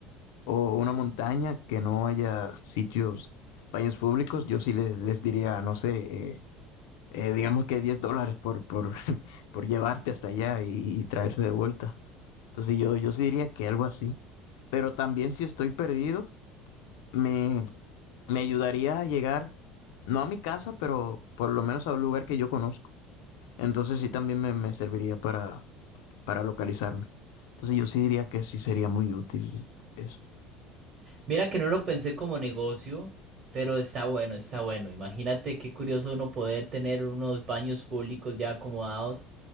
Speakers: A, on the left (about 75°); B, on the right (about 40°).
A: o una montaña que no haya sitios, baños públicos, yo sí les, les diría, no sé, eh, eh, digamos que 10 dólares por, por, <laughs> por llevarte hasta allá y, y traerse de vuelta. Entonces yo, yo sí diría que algo así. Pero también si estoy perdido, me, me ayudaría a llegar, no a mi casa, pero por lo menos a un lugar que yo conozco. Entonces sí también me, me serviría para, para localizarme. Entonces yo sí diría que sí sería muy útil eso.
B: Mira que no lo pensé como negocio, pero está bueno, está bueno. Imagínate qué curioso uno poder tener unos baños públicos ya acomodados.